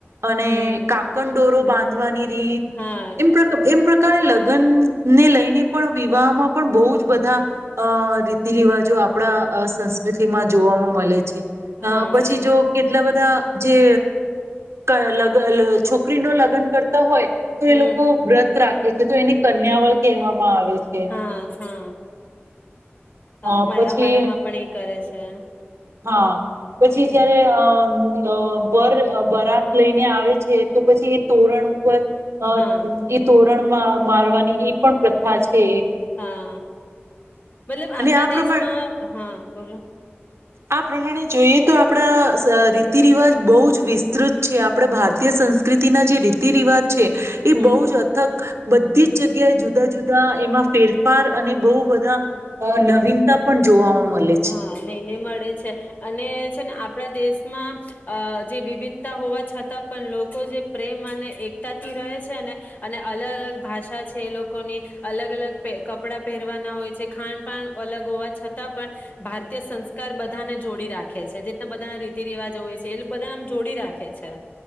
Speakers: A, on the right; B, on the left.
A: અને
B: હમ
A: કા દોરો બાંધવાની રીત
B: હા
A: એમ એમ પ્ર ક્યારે લગ્નને લઈને પણ વિવાહમાં પણ બહુ જ બધા અ રીતિ રિવાજો આપ આપણા સંસ્કૃતિમાં જોવાવામાં મળે છે. અ
B: હા
A: પછી જો કેટલા બધા જે ક અલગ અલગ છોક છોકરીનું લગ્ન કરતા હોય. તો એ
B: હમ
A: લોકો વ્રત રાખે. જે તો એને કન્યાવળ કહેવામાં આવે છે.
B: હા હા હા
A: અ
B: અમાર
A: પછી
B: અમારામાં પણ એ કરે છે.
A: હા. પછી
B: હમ
A: જયારે અ અ વર બરાત લઈને આવે છે તો પછી એ તોરણ ઉપર ઉપ અ.
B: હા
A: એ તો ણમાં મારવાની એ પણ પ્રથા છે એક.
B: હા. મતલબ આપણા
A: અને આ
B: દેશમાં
A: પ્રમાણે
B: હા બોલો.
A: આ પ્રમાણે જોઈએ તો આપણા રીતિ રિવાજ બહુ જ વિસ્તૃત છે આપણે ભારતીય સંસ્કૃતિના જે રીતિ રિવાજ છે, એ
B: હમ
A: બહુ જ અથક બધી જ જગ્યાએ જુદા જુદા એમાં ફેરફાર અને બહુ બધા અ,
B: હમ,
A: નવીનતા પણ જોવા મળે છે.
B: હા નહી નહી મળે છે અને છે ને આપણા દેશ માં જે વિવિધતા હોવા છતાં પણ લોકો જે પ્રેમ અને એકતાથી રહે છે ને, અને અલગ અલગ ભાષા છે એ લોકોની, અલગ અલગ અ કપડા પહેરવાના હોય છે. ખાણ પાણ અલગ હોવા છતાં પણ, ભારતીય સંસ્કાર બધાને જોડી રાખે છે જેના બધાના રીતિ રિવાજો હોય છે એ બધાને આમ જોડી રાખે છે.